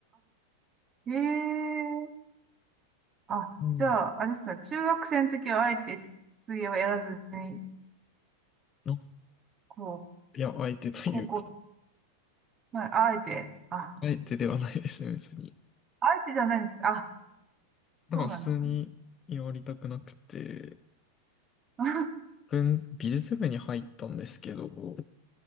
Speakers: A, on the right; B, on the left.
A: あ、ええあ、
B: うん。
A: じゃあ、あれですね、中学生の時はあえて水泳はやらずに、
B: な
A: こう、
B: いや、相手というか、
A: 高校生、まあ、あえて、あ、
B: 相手ではないですね、別に。
A: あえてじゃないです。あ、そうなんですね。
B: だから普通にやりたくなくて、
A: <laughs> あ、
B: 文美術部に入ったんですけど、